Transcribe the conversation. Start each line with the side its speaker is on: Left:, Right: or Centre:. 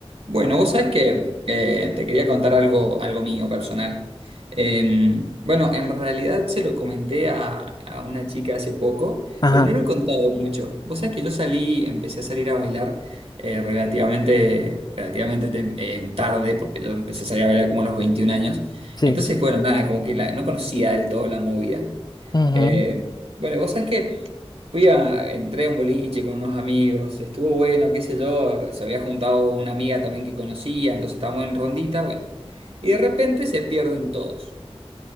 Right: Bueno, vos sabés que eh, te quería contar algo, algo mío personal. Eh, bueno, en realidad se lo comenté a, a una chica hace poco,
Left: Ajá,
Right: pero no lo he contado mucho. Vos sabés que yo salí, empecé a salir a bailar eh, relativamente, relativamente tem- eh, tarde, porque yo empecé a salir a bailar como a los 21 años.
Left: sí.
Right: Entonces, bueno, nada, como que la- no conocía del todo la movida.
Left: ujú,
Right: Eh, bueno, vos sabés que... Fui a, entré a un boliche con unos amigos, estuvo bueno, qué sé yo, se había juntado una amiga también que conocía, entonces estábamos en rondita, bueno. Y de repente se pierden todos.